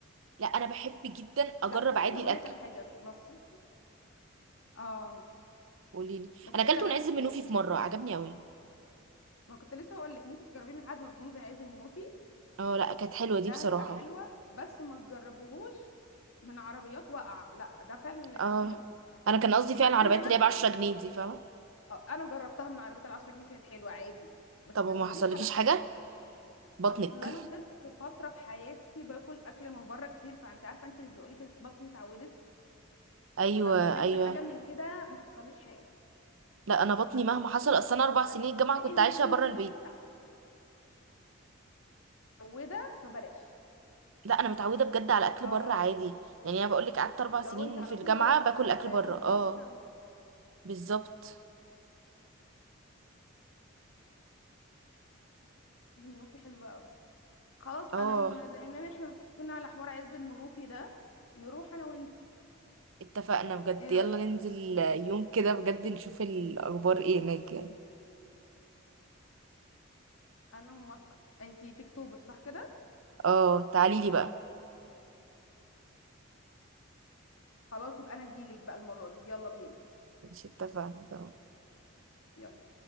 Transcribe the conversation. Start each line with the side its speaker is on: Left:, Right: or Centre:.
Right: لا انا بحب جدا اجرب
Left: لا بصي
Right: عادي
Left: هقول
Right: الاكل
Left: لك على حاجه نصيحه اه
Right: قولي لي
Left: بس
Right: انا اكلته
Left: الا ده
Right: من عز منوفي في مره عجبني قوي
Left: ما كنت لسه هقول لك ممكن تجربيه من حد مضمون زي عايز المنوفي
Right: اه لا كانت حلوه
Left: ده
Right: دي بصراحه
Left: هيبقى حلوة بس ما تجربوهوش من عربيات واقعة لا ده فعلا اللي
Right: اه
Left: تخافي منه
Right: انا كان قصدي فعلا
Left: مع
Right: العربيات
Left: ان انا
Right: اللي هي ب 10 جنيه دي فاهمه
Left: انا جربتها من عربيات العشرة جنيه كانت حلوة عادي بس
Right: طب
Left: نصيحة
Right: ما حصلكيش
Left: لا
Right: حاجه بطنك
Left: اصل انا فضلت فترة في حياتي باكل اكل من بره كتير فانت عارفة انت اللي بيقولي كده بطني اتعودت
Right: ايوه
Left: فلما اكلت
Right: ايوه
Left: حاجة من كده ما حصليش حاجة
Right: لا انا بطني مهما حصل اصل انا اربع
Left: بس
Right: سنين الجامعه
Left: بما
Right: كنت
Left: انك
Right: عايشه
Left: انت
Right: بره
Left: مش
Right: البيت
Left: متعودة فبلاش
Right: لا انا متعوده بجد على اكل
Left: اه
Right: بره عادي يعني انا بقول لك قعدت اربع
Left: لو
Right: سنين
Left: انت على
Right: في الجامعه
Left: طول بره
Right: باكل
Left: اصلا
Right: اكل
Left: فيا
Right: بره
Left: دوبك بتيجي
Right: اه
Left: البيت أنا-
Right: بالظبط
Left: لازم يكون في حلوة أوي. خلاص انا
Right: اه
Left: م- دايما احنا متفقين على حوار عز المنوفي ده نروح انا وانتي
Right: اتفقنا بجد
Left: ايه
Right: يلا
Left: رايك
Right: ننزل يوم كده بجد نشوف الأخبار ايه هناك يعني
Left: انا موافقه انتي في اكتوبر صح كده
Right: اه تعاليلي بقى
Left: خلاص يبقى انا اجيلك بقى المره دي يلا بينا
Right: مش اتفقنا تمام
Left: يلا